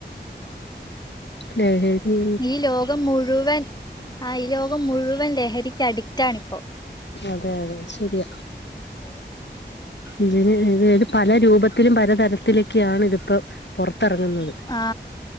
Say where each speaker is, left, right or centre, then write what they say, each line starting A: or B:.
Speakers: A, on the left; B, on the left.
A: ലെഹെരി
B: ഈലോകം മുഴുവൻ ആ ഈ ലോകം മുഴുവൻ ലഹരിക്ക് അഡിക്റ്റാണിപ്പോ
A: അതെ അതെശെരിയ
B: <inaudible>
A: ഇവര് ഇത് പലരൂപത്തിലും പലതരത്തിലൊക്കെയാണ് ഇതിപ്പോ പൊറത്തറങ്ങുന്നത്.
B: ആ